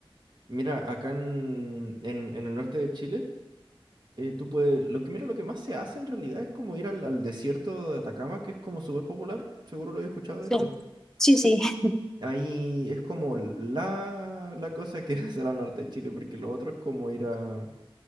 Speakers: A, on the right (about 50°); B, in the centre.
A: Mira, acá en, en, en el norte de Chile, eh, tú puedes, lo que, mira, lo que más se hace en realidad es como ir al, al desierto de Atacama, que es como súper popular, seguro lo he escuchado,
B: Sí,
A: de hecho.
B: sí, sí. <laughs>
A: Ahí es como la, la cosa que <laughs> hacer al norte de Chile, porque lo otro es como ir a,